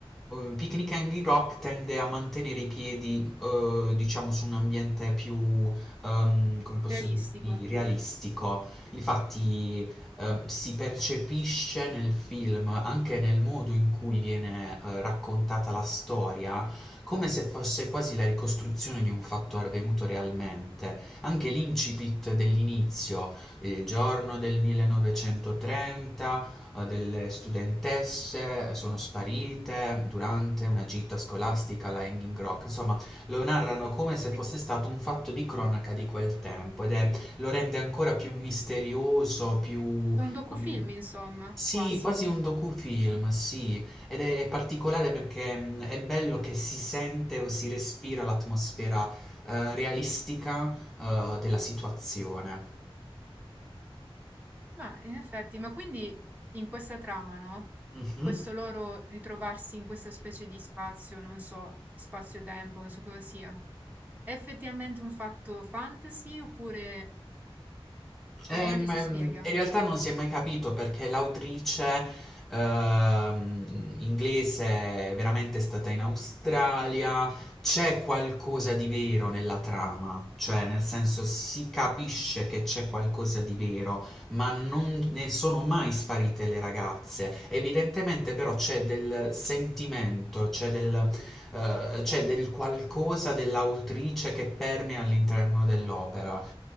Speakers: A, in the centre; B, on the right (about 15°).
A: eh, Picnic Hanging Rock tende a mantenere i piedi, eh, diciamo, su un ambiente più, ehm, come posso
B: realistico.
A: dirti, realistico. Infatti, eh, si percepisce nel film, anche nel modo in cui viene, eh, raccontata la storia come se fosse quasi la ricostruzione di un fatto avvenuto realmente. Anche l'incipit dell'inizio, il giorno del 1930, eh, delle studentesse sono sparite durante una gita scolastica alla Hanging Rock. Insomma, lo narrano come se fosse
B: È
A: stato un fatto di cronaca di quel tempo ed è, lo rende ancora più misterioso, più...
B: un docufilm,
A: mm,
B: insomma,
A: sì,
B: quasi.
A: quasi un docufilm, sì, ed è particolare perché mh, è bello che si sente o si respira l'atmosfera eh, realistica eh, della situazione.
B: Ma in effetti, ma quindi in questa trama, no?
A: Mhm.
B: Questo loro ritrovarsi in questa specie di spazio, non so, spazio-tempo, non so cosa sia. È effettivamente un fatto fantasy oppure, cioè,
A: Ehm,
B: com'è che si
A: ehm,
B: spiega?
A: in realtà non si è mai capito perché l'autrice ehm, inglese è veramente stata in Australia. C'è qualcosa di vero nella trama, cioè nel senso si capisce che c'è qualcosa di vero, ma non ne sono mai sparite le ragazze. Evidentemente però c'è del sentimento, c'è del, eh, c'è del qualcosa dell'autrice che permea all'interno dell'opera eh,